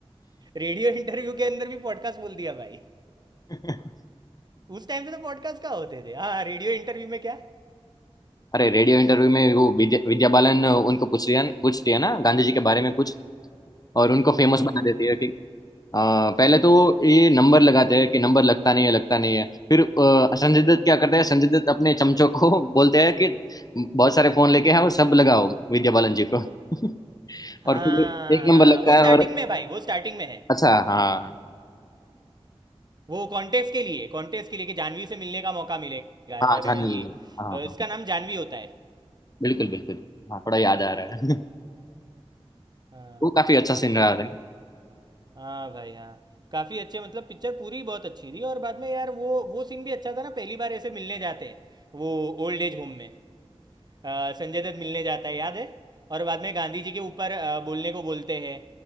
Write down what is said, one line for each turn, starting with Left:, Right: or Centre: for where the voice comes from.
Right: रेडियो इंटरव्यू के अंदर भी पॉडकास्ट बोल दिया भाई
Left: <laughs>
Right: उस टाइम पे तो पॉडकास्ट क्या होते थे हाँ रेडियो इंटरव्यू में क्या
Left: अरे रेडियो इंटरव्यू में वो विद्या विद्या बालन उनको पूछ रही है पूछती है ना गांधी जी के बारे में कुछ और उनको फेमस
Right: हाँ
Left: बना
Right: हाँ
Left: देती है कि अ, पहले तो ये नंबर लगाते हैं कि नंबर लगता नहीं है लगता नहीं है फिर अ, संजय दत्त क्या करते हैं संजय दत्त अपने चमचों को <laughs> बोलते हैं कि बहुत सारे फोन लेके आओ सब लगाओ विद्या बालन जी को <laughs>
Right: हाँ
Left: और फिर एक नंबर
Right: हाँ
Left: लगता
Right: वो स्टार्टिंग
Left: है और
Right: में भाई वो स्टार्टिंग में है
Left: अच्छा हाँ
Right: वो कॉन्टेस्ट के लिए कॉन्टेस्ट के लिए कि जानवी से मिलने का मौका मिलेगा
Left: हाँ
Right: अरे
Left: जाने
Right: ये
Left: दीजिए हाँ
Right: अ, इसका
Left: हाँ हाँ,
Right: नाम जानवी होता है
Left: बिल्कुल बिल्कुल हाँ थोड़ा याद आ रहा है
Right: हाँ
Left: वो काफी अच्छा सीन रहा था
Right: हाँ भाई हाँ काफ़ी अच्छे मतलब पिक्चर पूरी बहुत अच्छी थी और बाद में यार वो वो सीन भी अच्छा था ना पहली बार ऐसे मिलने जाते हैं वो ओल्ड एज होम में अ, संजय दत्त मिलने जाता है याद है और बाद में गांधी जी के ऊपर अ, बोलने को बोलते हैं